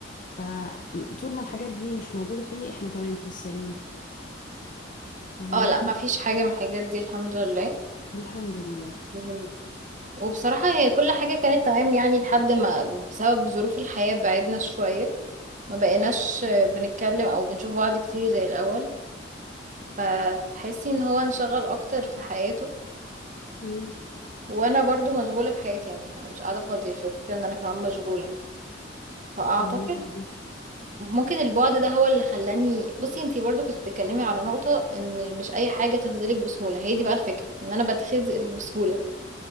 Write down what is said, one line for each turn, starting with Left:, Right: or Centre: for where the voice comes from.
Left: فطول ما الحاجات دي مش موجودة فيه احنا تمام في السليم فاهماني
Right: اه لا ما فيش حاجه من الحاجات دي الحمد لله
Left: الحمد لله
Right: مم. وبصراحه هي كل حاجه كانت تمام يعني لحد ما بسبب ظروف الحياه بعدنا شويه ما بقيناش بنتكلم او بنشوف بعض كتير زي الاول فتحسي ان هو انشغل اكتر في حياته
Left: مم.
Right: وانا برضو مشغولة في حياتي يعني انا مش قاعدة فاضية الفكرة ان انا كمان مشغولة فاعتقد
Left: فاهميكي جدا
Right: ممكن البعد ده هو اللي خلاني بصي انتي برضو كنت بتتكلمي على نقطة ان مش اي حاجة تخذلك بسهولة هي دي بقى الفكرة ان انا بتخذل بسهولة